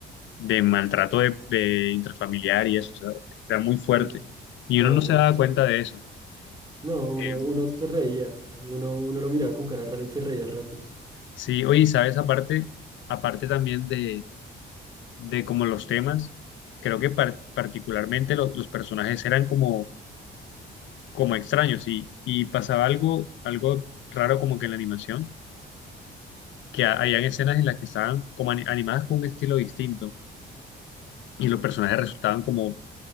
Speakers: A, on the left; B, on the right.
A: de maltrato de, de intrafamiliar y eso, o sea, era muy fuerte.
B: sí,
A: Y
B: de
A: uno
B: abuso.
A: no se daba cuenta de eso.
B: No, uno,
A: Eh,
B: uno se reía, uno, uno lo miraba con cara rara y se reía a ratos.
A: sí, oye, ¿sabes? Aparte, aparte también de, de como los temas, creo que par- particularmente lo- los personajes eran como, como extraños y, y pasaba algo, algo raro como que en la animación, que ha- habían escenas en las que estaban como ani- animadas con un estilo distinto y los personajes resultaban como